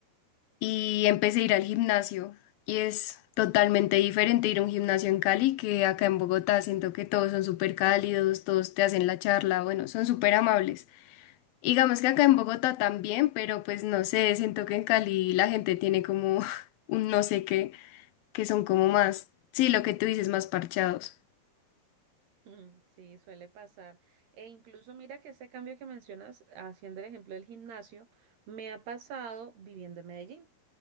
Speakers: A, on the left; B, on the right.
A: y empecé a ir al gimnasio. Y es totalmente diferente ir a un gimnasio en Cali que acá en Bogotá. Siento que todos son súper cálidos, todos te hacen la charla, bueno, son súper amables. Y digamos que acá en Bogotá también, pero pues no sé, siento que en Cali la gente tiene como <laughs> un no sé qué, que son como
B: <laughs>
A: más, sí, lo que tú dices, más parchados.
B: Mm, Sí, suele pasar. E incluso mira que ese cambio que mencionas, haciendo el ejemplo del gimnasio, me ha pasado viviendo en Medellín.